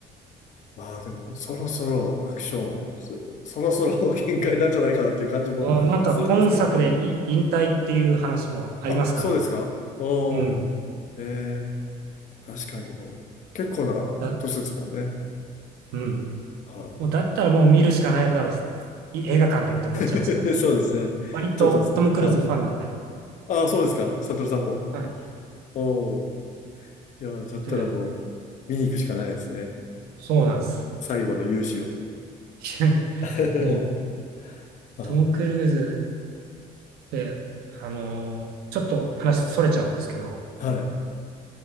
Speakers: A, on the left; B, on the right.
A: まあでも、そろそろアクション、そ、そろそろ <laughs> 限界なんじゃないかなっていう感じもするんですけどね。
B: うんなんか今作でい引退っていう話もありますからね。
A: あ、そうですかおー、
B: うん。
A: えー、確かにもう、結構な年ですもんね。
B: だ、うん。
A: はい。
B: もうだったらもう見るしかないだろう。い映画館でって思っちゃいますからね。
A: <laughs> そうですね。
B: 割とトム・
A: ちょっと、
B: クルーズファンなんで。
A: はい。ああ、そうですか。サトルさんも。
B: はい。
A: おお。いやー、だったらもう、
B: で、
A: 見に行くしかないですね。
B: そうなんです。
A: 最後の勇姿を。
B: <laughs>
A: <laughs>
B: もう
A: あ
B: トム・クルーズって、あのーちょっと話それちゃうんですけど、
A: あ、はい。